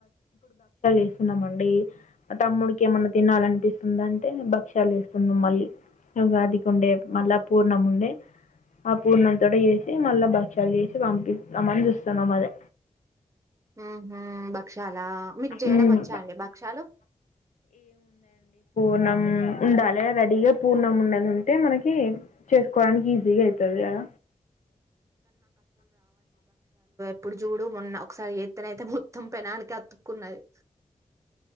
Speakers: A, on the left; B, on the right.
A: వస్తున్నామండి తమ్ముడికి ఏమన్నా తినాలినిపిస్తుంద అంటే భక్ష్యాలు వేస్తున్నా మళ్ళీ ఉగాదికి ఉండే మళ్ళా పూర్ణం ఉండే ఆ పూర్ణ తోట చేసి మళ్ళా భక్ష్యాలు చేసి పంపిస్తాం అని చూస్తున్నాం అదే
B: ఆ మ్మ్ భక్షాల మీకు చేయడం
A: మ్మ్
B: వచ్చా అండి భక్షాలు
A: ర్ణం ఉండాలె రెడీగా పూర్ణం ఉన్నది ఉంటే మనకి చేసుకోవడానికి ఈజీగా అయిపో టది కద
B: ఇప్పుడు జూడు మొన్న ఒకసారి జెత్తనైతే మొత్తం పెననికే అతుక్కున్నది